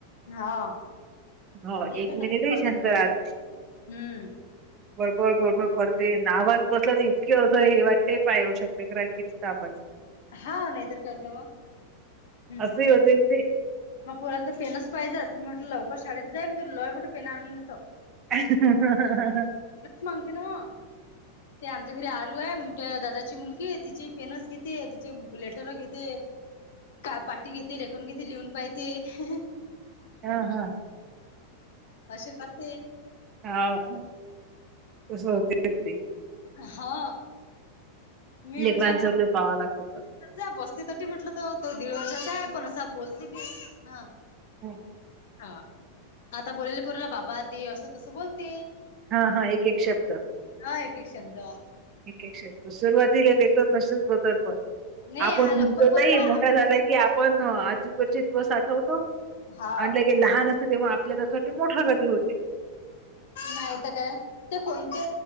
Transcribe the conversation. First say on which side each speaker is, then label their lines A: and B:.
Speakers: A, on the left (about 55°); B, on the right (about 30°).
A: हा.
B: हो
A: लेकर
B: एक
A: तरी
B: मिनिट हि
A: करतात
B: शांत रहात नाही.
A: हम्म.
B: बडबळ बळबळ करते नावाज बसला नाही. की असं हे वाटतं पाय येऊ शकले लेकराले किती ताप आले.
A: हा नाहीतर काय तर हम्म हम्म
B: अशी द ते.
A: मग पोराला तर पेनच पाहिजेत. मी म्हटलं लवकर शाळेत जाई मी तुला लय मोठे पेन आणून देतो.
B: <unintelligible>
A: मांगते न्हवं. ते आमच्या घरी आरू आहे मोठ्या दादाची मुलगी. तिची पेनच घेते, तिचे लेटर घेते. का पाठीी घेते लेखन घेते लिहून पाहते हं हं हं.
B: हा हा.
A: असे करते
B: हाव, तसं होतेच ते.
A: हा मी म्हटलं
B: लेकरांच लई पहावं लागते पण.
A: जा बसते <unintelligible> म्हंटल तर तो दीड वर्षाचा आहे पण असा बोलते बी हा.
B: <unintelligible>
A: हा. आता बोलेल पोरेल बाबा दे असं तसं बोलते.
B: हा हा एक एक शब्द.
A: अ एक एक शब्द.
B: एक एको सुरुवातीला लेकरा तसेच बत पण.
A: नाही
B: आपण
A: हा लवकर
B: म्हणतो
A: बोलला
B: तही मोठा झाला की आप- पण आजीकचे दिवस आठवतो आणि
A: हा.
B: लाईक. ते लहान असत तेव्हा आपल्याला असं वा मोठ गध होते.
A: नाहीतर काय. ते कोणते